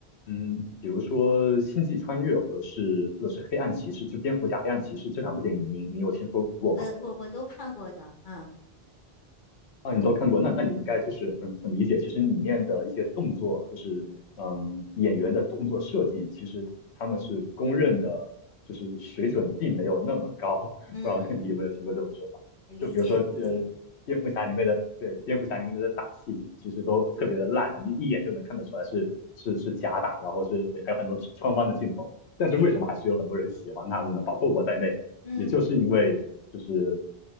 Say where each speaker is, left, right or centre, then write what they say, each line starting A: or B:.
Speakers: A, on the left (about 85°); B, on the left (about 55°).
A: 嗯，比如说《星际穿越》或者是或者是《黑暗骑士》，就蝙蝠侠、黑暗骑士这两部电影，你你有听说过吗？
B: 呃，我我都看过的，嗯
A: 啊，你都看过，那那你应该就是很很理解，其实里面的一些动作，就是嗯，
B: 嗯
A: 演员的动作设计，其实他们是公认的，就是水准并没有那么高。<laughs>
B: 嗯，
A: 不知道你有没有听过这种说法？
B: 理解理解，
A: 就比如说，呃，蝙蝠侠里面的，对，蝙蝠侠里面的打戏，其实都特别的烂了，你一眼就能看得出来是是是假打，然后是还有很多穿帮的镜头。但是为什么还是有很多人喜欢他们呢？
B: 对，
A: 包括我在内，
B: 嗯
A: 也就是因为就是